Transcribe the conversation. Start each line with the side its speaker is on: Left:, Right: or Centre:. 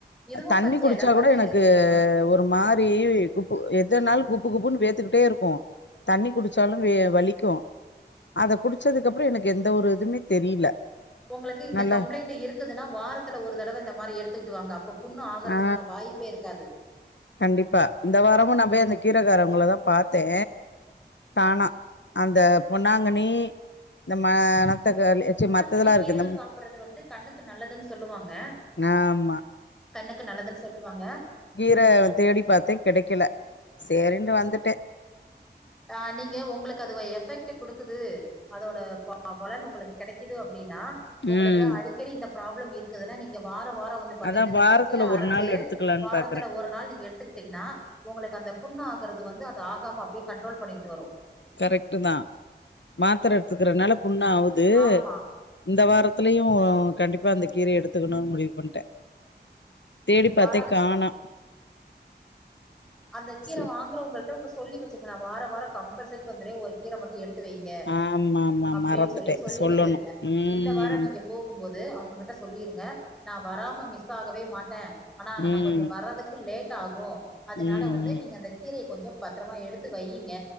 Centre: இதுவு
Left: தண்ணி
Centre: பச்சை
Left: குடிச்சா
Centre: எல பச்சை
Left: கூட எனக்கு
Centre: எலைய குடிக்கிற மாரிதா இருக்கு
Left: ஒரு மாரி குப்பு எதனாலு குப்பு குப்புன்னு வேத்துக்கிட்டே இருக்கு தண்ணி குடிச்சாலு வே வலிக்கு
Centre: ம்
Left: அத குடிச்சதுக்கப்பற எனக்கு எந்த ஒரு இதுமே தெரில
Centre: உங்களுக்கு இந்த
Left: நல்லா
Centre: கம்ப்ளைண்ட் இருக்குதுன்னா வாரத்துல ஒரு தடவ இந்த மாரி எடுத்துக்கிட்டு வாங்க இப்ப புண்ணு ஆகறதுக்கான
Left: ஆ
Centre: வாய்ப்பே இருக்காது
Left: கண்டிப்பா இந்த வாரமு நா போய் அந்த கீரகாரவங்கள தா பாத்தே
Centre: ம்
Left: காண அந்த பொன்னாங்கனி இந்த மணத்தக்காளி ச்சி
Centre: பொன்னாங்கண்ணி
Left: மத்ததெல்லா
Centre: கீர
Left: இருக்கு இந்த
Centre: சாப்பறது வந்து கண்ணுக்கு நல்லதுன்னு சொல்லுவாங்க
Left: ஆமா
Centre: கண்ணுக்கு நல்லதுன்னு சொல்லுவாங்க
Left: தே தேடி பாத்தே கெடைக்கல சேரின்டு வந்துட்டே
Centre: ஆ நீங்க உங்களுக்கு அது வ எஃபெக்ட்டு குடுக்குது அதோட பலன் உங்களுக்கு கெடைக்குது அப்படின்னா உங்களுக்கு
Left: ம்
Centre: அடிக்கடி இந்த ப்ராப்ளம் இருக்குதுன்னா நீங்க வாரோ வாரோ வந்து பாத்தீங்கன்னா
Left: அதா
Centre: இந்த
Left: வாரத்துல
Centre: பச்சயா
Left: ஒரு
Centre: அரச்சு
Left: நாள் எடுத்துக்கலான்னு
Centre: வாரத்துல
Left: பாக்குறே
Centre: ஒரு நாள் நீங்க எடுத்துக்கிட்டீங்கன்னா உங்களுக்கு அந்த புண்ணு ஆகுறது வந்து அது ஆகாம அப்படியே கண்ட்ரோல் பண்ணிட்டு வரு
Left: கரெக்ட்டுதா மாத்தர எடுத்துக்கறனால புண்ணாவுது
Centre: ஆமா
Left: இந்த வாரத்துலயு கண்டிப்பா அந்த கீரயை எடுத்துக்கணும்னு முடிவு பண்ணிட்டே
Centre: ம்
Left: தேடிப் பாத்தே
Centre: வார
Left: காணோ
Centre: அந்த கீர
Left: சே
Centre: வாங்கறவங்கள்ட ஒன்னு சொல்லி வச்சிருக்கங்க நா வார வார கம்பல்சரி வந்துற ஒரு கீர மட்டு எடுத் துவைங்க
Left: ஆமா ஆமா
Centre: அப்படின்
Left: மறந்துட்டே
Centre: சொல்லி சொல்லி
Left: சொல்லணு
Centre: வச்சிருங்க
Left: ம்
Centre: இந்த வார நீங்க போகும்போது அவங்ககிட்ட சொல்லிருங்க நா வராம மிஸ் ஆகவே மாட்டே ஆனா அங்க
Left: ம்
Centre: நா கொஞ்ச
Left: ம்
Centre: வர்றதுக்கு லேட்டாகு அதனால
Left: ம்
Centre: வந்து நீங்க அந்த கீரய கொஞ்ச பத்தரமா எடுத்து வையிங்க